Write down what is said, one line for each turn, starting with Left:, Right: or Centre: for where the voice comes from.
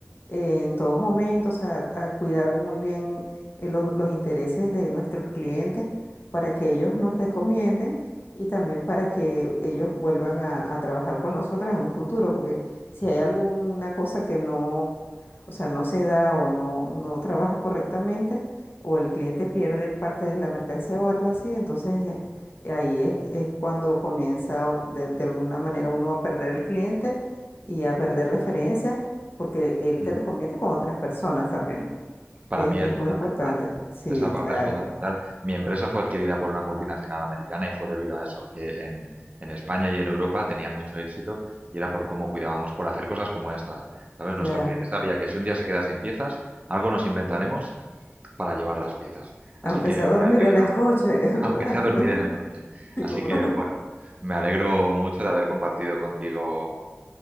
Left: eh, en todo momento, o sea, a cuidar muy bien eh, los, los intereses de nuestros clientes para que ellos nos recomienden y también para que ellos vuelvan a, a trabajar con nosotros en un futuro, porque si hay alguna cosa que no, o sea, no se da o no, no trabaja correctamente o el cliente pierde parte de la mercancía o algo así, entonces eh, Ahí es, es cuando comienza o- de, de alguna manera uno a perder el cliente y a perder referencias, porque él
Right: Mm.
Left: te recomienda con otras personas también, ¿no?
Right: Para
Left: Es,
Right: mí
Left: es
Right: es fundamental.
Left: muy importante. Sí,
Right: Esa parte
Left: claro,
Right: es fundamental. Mi empresa fue adquirida por una multinacional americana y fue debido a eso, que en, en España y en Europa tenía mucho éxito y era por cómo cuidábamos, por hacer cosas como estas. ¿Sabes?
Left: claro.
Right: Nuestro cliente sabía que si un día se queda sin piezas, algo nos inventaremos para llevar las piezas. Así
Left: Aunque
Right: que
Left: sea dormir
Right: me alegro,
Left: en el coche, <laughs> ¿verdad?
Right: aunque sea dormir
Left: <laughs>
Right: en el coche.
Left: Sí,
Right: Así
Left: cómo
Right: que,
Left: no.
Right: bueno, me alegro mucho de haber compartido contigo